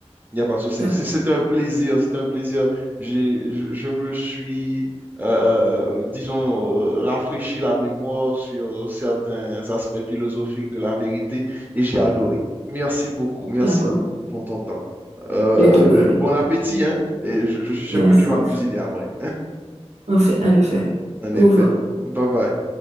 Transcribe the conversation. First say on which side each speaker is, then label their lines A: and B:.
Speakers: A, on the right; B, on the right.
A: Il n'y a pas de souci.
B: D'accord.
A: C'est c'est un plaisir, c'est un plaisir. J'ai, je, je me suis, euh, euh, disons, euh, rafraîchi la mémoire sur certains aspects philosophiques de la vérité et j'ai adoré. Merci beaucoup, merci
B: D'accord.
A: pour ton temps. Euh,
B: De te parler.
A: bon appétit, hein, et je je suis sûr
B: Merci.
A: que tu vas cuisiner après.
B: en Enfin, en effet.
A: En
B: Au
A: effet.
B: revoir.
A: Bye bye.